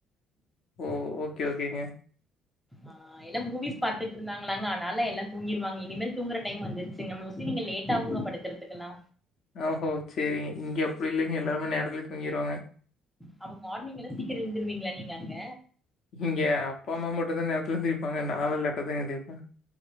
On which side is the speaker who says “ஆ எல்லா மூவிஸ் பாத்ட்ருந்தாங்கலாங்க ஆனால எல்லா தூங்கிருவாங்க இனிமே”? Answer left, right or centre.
Centre